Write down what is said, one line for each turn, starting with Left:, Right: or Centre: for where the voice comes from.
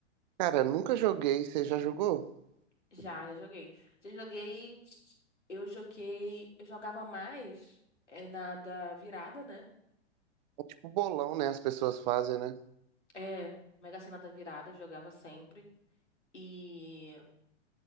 Right: Cara, nunca joguei, você já jogou?
Left: Já, já joguei. Já joguei, eu joguei, eu jogava mais é, na da virada, né?
Right: É tipo bolão, né? As pessoas fazem, né?
Left: É, Mega Sena da virada, eu jogava sempre. E